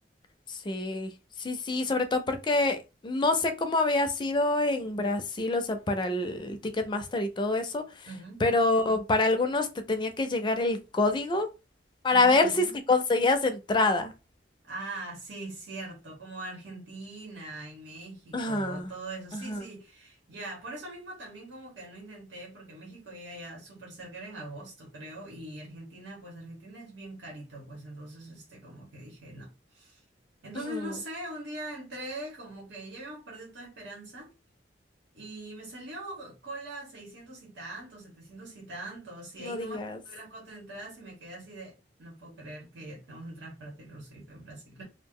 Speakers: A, on the left; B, on the right.
A: Sí, sí, sí, sobre todo porque no sé cómo había sido en Brasil, o sea, para el Ticketmaster y todo eso,
B: Ujú,
A: pero para algunos te tenía que llegar el código para
B: ujú,
A: ver si
B: ujú.
A: es que conseguías entrada.
B: Ah, sí, cierto, como Argentina y México,
A: Ajá.
B: todo eso, sí,
A: Ajá.
B: sí, ya, por eso mismo también como que no intenté, porque México ya, ya súper cerca era en agosto, creo, y Argentina, pues Argentina es bien carito, pues entonces, este, como que dije, no. Entonces,
A: Ujú,
B: no sé, un día entré, como que ya habíamos perdido toda esperanza, y me salió cola 600 y tantos, 700 y tantos, y
A: No
B: ahí nomás
A: digas.
B: compré las cuatro entradas y me quedé así de, no puedo creer que ya tenemos entradas para Taylor Swift en Brasil.